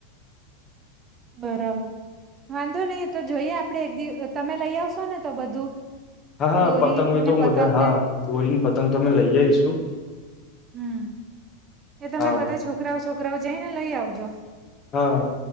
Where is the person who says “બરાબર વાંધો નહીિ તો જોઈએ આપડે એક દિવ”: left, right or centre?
Right